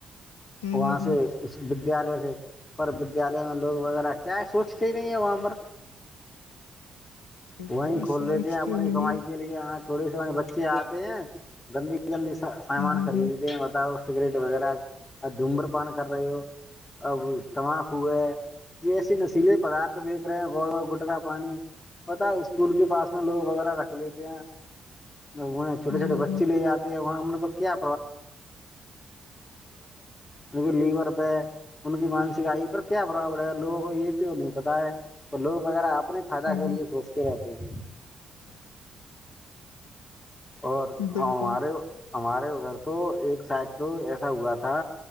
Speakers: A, on the left (about 85°); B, on the left (about 35°).
A: ہوں
B: وہاں
A: ہ
B: سے اس ودیالیہ سے پر ودیالیہ میں لوگ وغیرہ کیا ہے سوچتے ہی نہیں ہے وہاں پر
A: <unintelligible> <inaudible> ہ
B: وہیں
A: کوئی
B: کھول
A: سوچتے
B: لیتے ہیں اپنی
A: نہیں
B: کمائی
A: ہے
B: کے لیے تھوڑے سے بچے آتے ہیں گندی گندی سامان
A: ہ ہ
B: خریدتے
A: ہ
B: ہیں بتاؤ سگریٹ وغیرہ دھومر پان کر رہے ہو اب تماغ ہوئے ہے ایسے نشیلے پدارتھ بیچ رہے ہیں گوڑ میں گٹکا پانی پتا ہے اسکول کے پاس میں لوگ وغیرہ رکھ لیتے ہیں وہ چھوٹے
A: ہ
B: چھوٹے بچے
A: ہ
B: لے جاتے ہیں وہاں ہم کو کیا ان کے لیور پہ ان کی مانسکائی پر کیا رہا ہے لوگوں کو یہ کیوں نہیں پتا ہے تو لوگ وغیرہ اپنے فائدہ کے
A: ہ
B: لیے سوچتے رہتے ہیں
A: <unintelligible> <inaudible>
B: اور
A: ہ بالکل
B: ہمارے ہمارے ادھر تو ایک سائڈ تو ایسا ہوا تھا